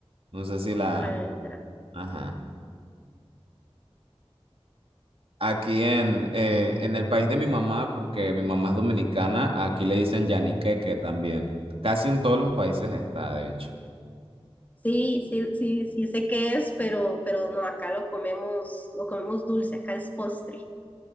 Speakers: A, on the right (about 60°); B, on the left (about 15°).
A: No sé si
B: Hojaldra.
A: la... Ajá. Aquí en, eh, en el país de mi mamá, porque mi mamá es dominicana, aquí le dicen yaniqueque también. Casi en todos los países está, de hecho.
B: Sí, sí, sí, sí sé qué es, pero, pero no, acá lo comemos, lo comemos dulce, acá es postre.